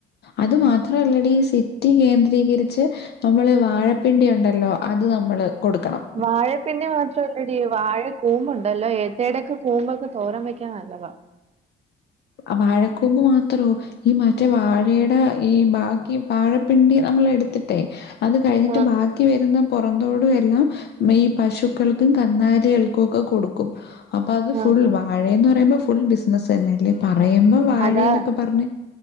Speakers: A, on the left; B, on the right.
A: അത് മാത്ര അല്ലടീ സി റ്റി കേന്ദ്രീകരിച്ച് നമ്മള് വാഴപ്പിണ്ടി ഉണ്ടല്ലൊ അത് നമ്മള് കൊട്ക്കണം
B: വാഴപ്പിണ്ടി മാത്രവല്ലടീ വാഴ ക്കൂമ്പുണ്ടല്ലൊ ഏത്തേടക്കെ കൂമ്പൊക്കെ തോരം വെക്കാ നല്ലത
A: ആഹ് വാഴക്കൂമ്പ് മാത്രൊ ഈ മറ്റേ വാഴേടെ ഈ ബാക്കി വാഴപ്പിണ്ടി നമ്മളെ എട്ത്തിട്ടെ അത് കഴ്ഞ്ഞിട്ട്
B: ആ
A: ബാ ക്കി വര്ന്ന പൊറന്തോടു എല്ലാം മെയ് പശുക്കൾക്കും കന്നാലികൾകൊക്കെ കൊടുക്കും അപ്പ അത്
B: ആ
A: ഫുൾ
B: ആ.
A: വാഴേന്ന് ന്നറയുമ്പൊ ഫുൾ ബിസിനസ്സ് എന്നെ പറയുമ്പ വാഴേന്നൊക്ക
B: അതാ
A: പറഞ്ഞ്